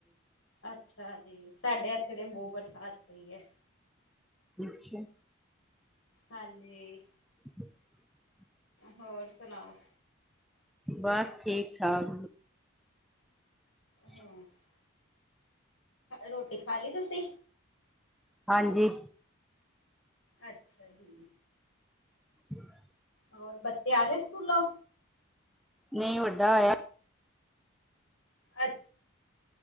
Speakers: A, on the left (about 75°); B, in the centre.
A: ਅੱਛਾ ਜੀ। ਸਾਡੇ ਹੱਥੇ ਤੇ ਬਹੁ ਬਰਸਾਤ ਪਈ ਹੈ।
B: ਅੱਛਾ।
A: ਹਾਂਜੀ।
B: <inaudible>
A: ਹੋਰ ਸੁਣਾਓ?
B: ਬਸ, ਠੀਕ-ਠਾਕ। <inaudible>
A: ਹਾਂ ਰੋਟੀ ਖਾ ਲਈ ਤੁਸੀਂ?
B: ਹਾਂਜੀ।
A: ਅੱਛਾ ਜੀ।
B: ਹੂੰ, <inaudible>
A: ਹੋਰ ਬੱਚੇ ਆ ਸਕੂਲੋ?
B: ਨਹੀਂ, ਵੱਡਾ ਆਇਆ।
A: ਅੱ